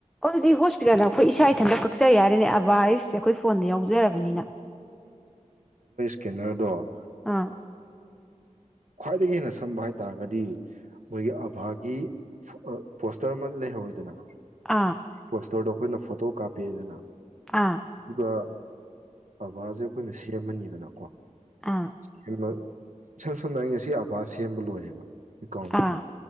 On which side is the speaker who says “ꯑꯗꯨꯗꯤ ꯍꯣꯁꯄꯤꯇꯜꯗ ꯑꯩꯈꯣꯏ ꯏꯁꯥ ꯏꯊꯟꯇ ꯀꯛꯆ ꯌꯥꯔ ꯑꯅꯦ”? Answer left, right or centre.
Centre